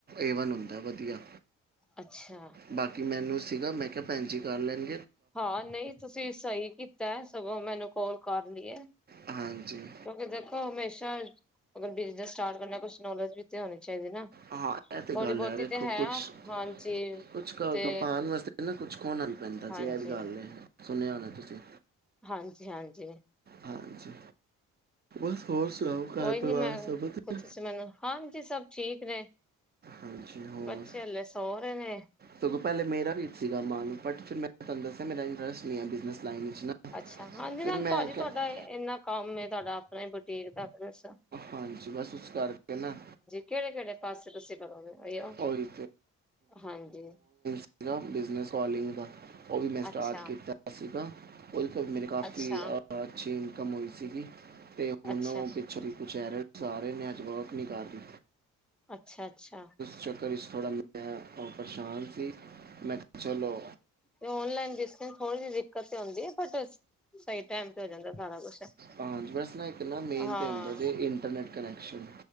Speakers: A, on the right; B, in the centre.
A: ਏਵਨ ਹੁੰਦਾ ਵਧੀਆ
B: ਅੱਛਾ
A: ਬਾਕੀ ਮੈਨੂੰ ਸੀਗਾ ਮੈਂ ਕਿਆ ਭੈਣ ਜੀ ਕਰ ਲੈਣ
B: ਹਾਂ ਨਈ ਤੁਸੀਂ ਸਈ ਕੀਤਾ ਸਗੋਂ ਮੈਨੂੰ ਕਾਲ ਕਰ ਲਈ ਏ।
A: ਹਾਂਜੀ
B: ਕਿਉਂਕਿ ਦੇਖੋ ਹਮੇਸ਼ਾ ਅਗਰ ਬਿਜਨਸ ਸਟਾਰਟ ਕਰਨਾ ਕੁਛ ਨੌਲੇਜ ਵੀ ਤੇ ਹੋਣੀ ਚਾਹੀਦੀ ਨਾ
A: ਹਾਂ ਇਹ ਤੇ
B: ਥੋੜ੍ਹੀ
A: ਗੱਲ
B: ਬਹੁਤੀ
A: ਹੈ ਵੇਖੋ
B: ਤੇ
A: ਕੁਛ-
B: ਹਾਂਜੀ
A: ਕੁਛ
B: ਤੇ
A: ਪਾਣ ਵਾਸਤੇ ਕੁਛ ਖੋਣਾ ਵੀ ਪੈਂਦਾ
B: ਹਾਂਜੀ
A: ਜੀ ਇਹ ਗੱਲ ਐ ਸੁਣਿਆ ਹੋਣਾ ਤੁਸੀ
B: ਹਾਂਜੀ-ਹਾਂਜੀ
A: ਹਾਂਜੀ ਬਸ ਹੋਰ ਸੁਣਾਓ। ਘਰ
B: ਕੋਈ ਨੀ
A: ਪਰਿਵਾਰ
B: ਮੈਂ
A: ਸਭ ਵਧੀਆ?
B: ਤੁਸੀਂ ਮੈਨੂੰ ਹਾਂਜੀ ਸਭ ਠੀਕ ਨੇ
A: ਹਾਂਜੀ ਹੋਰ
B: ਬੱਚੇ ਹੱਲੇ ਸੋ ਰਏ ਨੇ।
A: ਸਗੋਂ ਪੈਲੇ ਮੇਰਾ ਵੀ ਸੀ ਨਾ ਸੀਗਾ ਮਨ ਬਟ ਫਿਰ ਮੇਰ ਮੈਂ ਤੁਹਾਨੂੰ ਦੱਸਿਆ ਮੇਰਾ ਇੰਟਰਸਟ ਨਈਬਿਜਨੇਸ ਲਾਇਨ 'ਚ ਨਾ।
B: ਅੱਛਾ ਹਾਂਜੀ
A: ਫਿਰ
B: ਨਾਲ
A: ਮੈਂ
B: ਭਾਜੀ ਤੁਹਾਡਾ
A: ਕਿਹਾ
B: ਇੰਨਾ ਕੰਮ ਤੁਹਾਡਾ ਆਪਣਾ ਬੁਟੀਕ ਦਾ ਬਸ
A: ਹਾਂਜੀ ਬਸ ਉਸ ਕਰਕੇ ਨਾ
B: ਕੇੜੇ-ਕੇੜੇ ਪਾਸੇ ਤੁਸੀਂ ਪਾ ਕਰੋਗੇ ਅਈਓ
A: ਉਹੀ
B: ਹਾਂਜੀ।
A: ਜ ਬਿਜਨਸ ਵਾਲੀਇੰਗ ਦਾ ਓ ਵੀ ਮੈਂ ਸਟਾਰਟ
B: ਅੱਛਾ
A: ਕੀਤਾ ਸੀਗਾ ਉਹਦੇ ਤੋਂ ਵੀ ਮੇਰੇ ਕਾਫੀ
B: ਅੱਛਾ
A: ਅ ਅੱਛੀ ਇਨਕਮ ਹੋਈ ਸੀਗੀ ਤੇ ਹੁਣ
B: ਅੱਛਾ
A: ਓ ਪਿੱਛੋਂ ਕੁਛ ਐਰ ਸਾਰੇ ਨੇ ਅੱਜ ਵਰਕ ਨਈ ਕਰ ਰਈ।
B: ਅੱਛਾ-ਅੱਛਾ
A: ਚੱਕਰ ਇਸ ਥੋੜਾ ਮੈਂ ਪਰੇਸ਼ਾਨ ਸੀ ਮੈਂ ਕਿਆ ਚਲੋ।
B: ਤੇ ਔਨਲਾਈਨ ਜਿਸ ਥੋੜੀ ਜਹੀ ਦਿੱਕਤ ਤੇ ਹੁੰਦੀ ਆਬਟ ਸਈ ਟੈਮ ਤੇ ਹੋ ਜਾਂਦਾ ਸਾਰਾ ਕੁਛ
A: ਹਾਂ ਬਸ ਇੱਕ ਨਾ ਮੇਨ
B: ਹਾਂ
A: ਤੇ ਹੁੰਦਾ ਏ ਇੰਟਰਨੈਟ ਕਨੈਕਸ਼ਨ